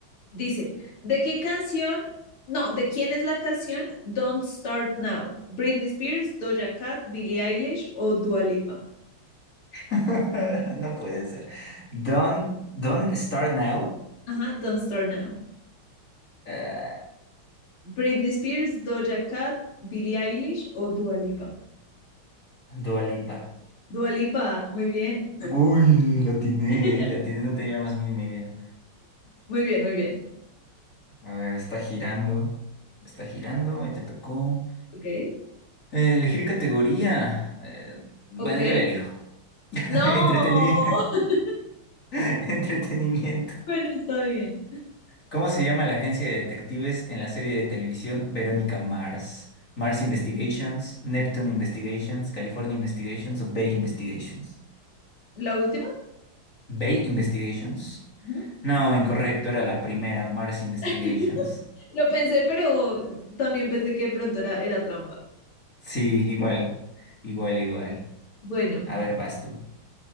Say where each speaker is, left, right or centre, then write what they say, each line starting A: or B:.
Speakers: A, on the left; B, on the left.
A: Dice, ¿de qué canción? No, ¿de quién es la canción Don't Start Now? Britney Spears, Doja Cat, Billie Eilish o Dua Lipa?
B: <laughs> No puede ser. Don, Don Start Now,
A: Ajá, Don't Start Now.
B: eh,
A: Britney Spears, Doja Cat, Billie Eilish o Dua Lipa.
B: Dua Lipa.
A: Dua Lipa, muy bien.
B: Uy, la atiné,
A: <laughs>
B: eh, la atiné, no tenía la más mínima idea.
A: Muy bien, muy bien.
B: A ver, está girando, está girando y te tocó.
A: Ok,
B: Eh, elegir categoría. eh, bueno,
A: ok.
B: yo la elijo. <laughs>
A: No,
B: Entretenimiento.
A: <laughs>
B: <laughs> Entretenimiento.
A: bueno, está bien.
B: ¿Cómo se llama la agencia de detectives en la serie de televisión Verónica Mars? Mars Investigations, Neptune Investigations, California Investigations o Bay Investigations.
A: ¿La última?
B: Bay Investigations.
A: Ajá.
B: No, incorrecto, era la primera, Mars Investigations.
A: <laughs> Lo pensé, pero también pensé que de pronto era, era trampa.
B: Sí, igual, igual, igual.
A: Bueno,
B: A ver, vas tú.